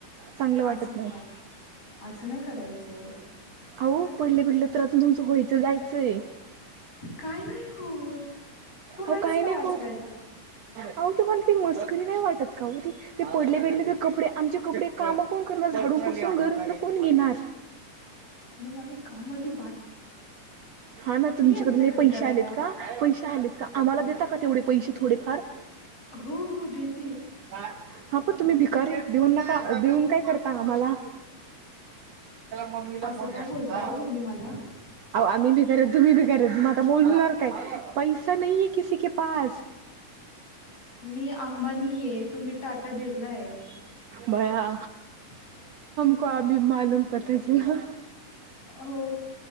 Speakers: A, on the right (about 65°); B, on the left (about 45°).
A: चांगलं वाटत
B: असं
A: नाही.
B: ख असं नाही करायचं
A: अहो पडले पिडले तर अजून तुमचं व्हायचं जायचंय
B: काय नाही हो तू
A: हो
B: आहेच
A: काही
B: ना
A: नाही
B: वाचवायला
A: होत अह ते मला ती मस्करी नाही वाटत का हो ती ते पडले पेडले तर कपडे आमचे कपडे कामं कोण करण झाड पसून घरात न कोण घेणार
B: मग आम्ही कामाची
A: हा ना तुमच्याकड
B: आमच्या घरी
A: पैसे
B: करायला
A: आलेत का पैसे आलेत का आम्हाला देता क तेवढे पैसे थोडेफार
B: हो हो देेत
A: ह हा प तुम्ही भिकारी आहे देऊन नका देऊन काय करता आम्हाला म
B: असं का बोलता हो तुम्ही मला
A: आम्ही बी करे तुम्ही बी करे आता बोल काय पैसा नाही आहे कसी के पास
B: मी अंबानी तुम्ही टाटा भिरलाय
A: बया
B: ह
A: कोभी मालूम पता चला
B: हो